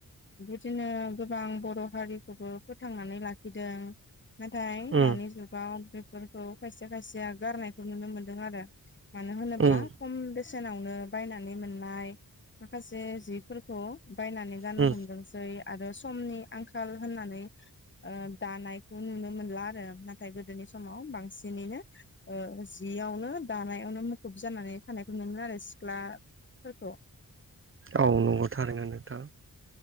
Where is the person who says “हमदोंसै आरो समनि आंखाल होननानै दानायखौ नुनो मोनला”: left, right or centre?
Left